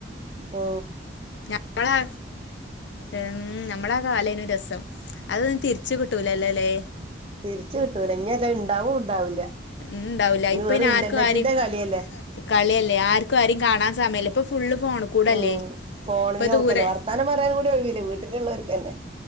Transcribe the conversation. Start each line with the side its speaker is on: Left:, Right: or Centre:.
Right: ആ
Left: നമ്മളെ ഉം നമ്മളെ ആ കാലേന്നു രസം അതൊന്ന് തിരിച്ച് കി ട്ടൂലല്ലോ ലെ
Right: തിരിച്ച് കിട്ടൂല ഇനിയേറ്റെ ഇണ്ടാവും ഇണ്ടാവൂല
Left: ഉണ്ടാവൂല
Right: ഇനി
Left: ഇപ്പ
Right: വെറും
Left: അയിന്
Right: ഇന്റർനെറ്റിന്റെ
Left: ആർക്കും ആരിം
Right: കളില്ലേ
Left: കളിയല്ലേ ആർക്കും ആരും കാണാൻ സമയല്ലേ ഇപ്പൊ ഫുള്ള് ഫോൺ കൂടല്ലേ
Right: ഉം ഫോണില്
Left: ഇപ്പൊ
Right: നോക്കല്ലേ
Left: ദൂരെ
Right: വർത്താനം പറയാൻ കൂടിം ഒഴിവില്ല വീട്ടിലുള്ളോർക്കന്നേ